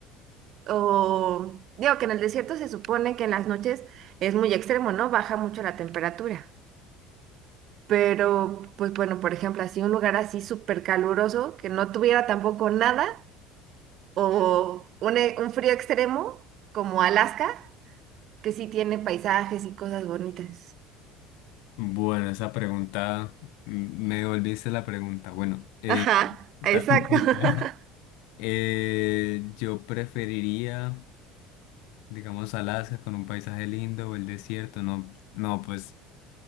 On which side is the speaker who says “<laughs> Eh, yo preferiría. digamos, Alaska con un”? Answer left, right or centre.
Left